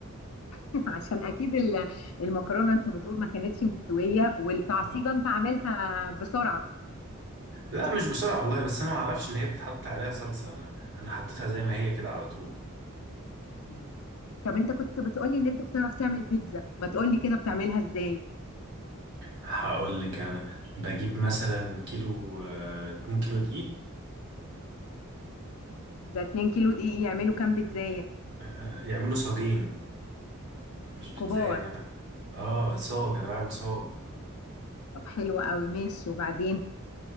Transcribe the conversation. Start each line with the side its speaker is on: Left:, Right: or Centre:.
Left: <laughs> عشان اكيد ال- المكرونه انت بتقول ما كانتش مستويه والتعصيجه
Right: اه
Left: انت عاملها بسرعه
Right: لا مش بسرعة والله بس أنا ما أعرفش إن هي بتتحط عليها صلصة أنا أنا حطيتها زي ما هي كده على طول
Left: مم. طب انت كنت بتقولي ان انت بتعرف تعمل بيتزا ما تقولي كده بتعملها ازاي
Right: هقول لك أنا بجيب مثلا كيلو آه، اتنين كيلو دقيق
Left: ده 2 كيلو دقيق يعملوا كام بيتزاية
Right: آه، آه، يعملوا صاجين مش بتزاي
Left: كبار
Right: أنا بقى آه صاج أنا بعمل صاج
Left: طب حلو قوي ماشي وبعدين